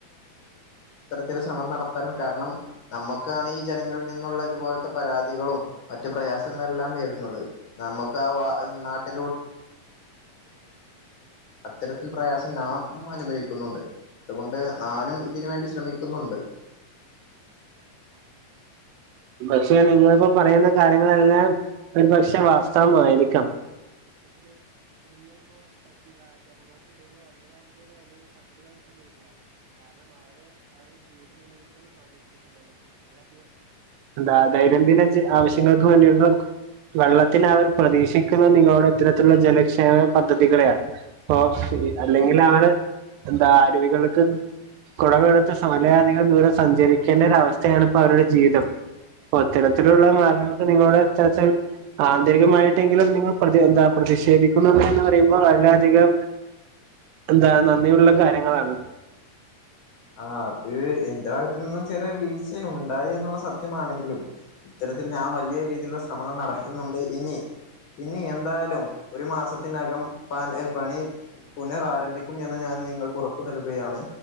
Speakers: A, on the left; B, on the right.
A: ചെല ശ്രമം നടത്താനും കാര്ണംനമ്മക്കാണ് ഈ ജനങ്ങൾ നിന്നുള്ള ഇതുപോല ത്ത പരാതികളും മറ്റു പ്രയാസങ്ങളെല്ലാം നേരിട്ന്നത് നമ ക്കാ വാ ന്നാട്ട് അത്തരത്തിൽ പ്രയാസം ഞാം അനുഭവിക്കുന്നുണ്ട് അതുകൊണ്ട് ആനും ഇതിന് വേണ്ടി ശ്രമിക്കുന്നുണ്ട്
B: പക്ഷെ നിങ്ങൾ പ്പൊ പറയുന്ന കാര്യങ്ങെളെല്ലാം ഒരുപക്ഷെ വാസ്ത്തവമായിരി ന്താ ദെയ്നം ദിന ജീ ആവശ്യങ്ങൾക്ക് വേണ്ടിയുള്ള വെള്ളത്തിന് അവർ പ്രതീക്ഷിക്ക്‌ന്നത് നിങ്ങളുടെ ഇത്തരത്തിലുള്ള ജനക്ഷേമ പദ്ധതികളെയാണ് പ്പൊ ഈ അല്ലെങ്കില് ആണ് എന്താ അരുവികൾക്ക് കൊട മെടുത്ത <unintelligible> നിങ്ങൾ ദൂര സഞ്ചാരിക്കേണ്ടൊരു അവസ്ഥയാണ്പ്പൊ അവരുടെ ജീവിതം പ്പൊ ത്തരത്തിലുള്ള മാ <unintelligible> നിങ്ങളുടെ ത്തരത്തിൽ ആന്തരികമായ്ട്ട് എങ്കിലും നിങ്ങൾ പ്രതി എന്താ പ്രതിഷേധിക്കുമെന്ന് റിയുമ്പോ അല്ലധികം എന്താ നന്ദിയുള്ള കാര്യങ്ങളാണ്
A: ആഹ് അത് എന്റെ ഭാഗത്ത്‌ നിന്നും ചെറിയ വീഴ്ച ഉണ്ടായി എന്നുള്ള സത്ത്യമാണെങ്കിലും ഇത്തരത്തിൽ ഞാ വല്ല്യ രീതിൽ ള്ള ശ്രമങ്ങൾ നടത്തുന്നുണ്ട് ഇനി ഇനി എന്തായാലും ഒരു മാസത്തിന്നകം പാ ൻ പണി പുനറാരംഭിക്കും എന്ന് ഞാൻ നിങ്ങൾക്ക് ഉറപ്പ് നൽകുകയാണ്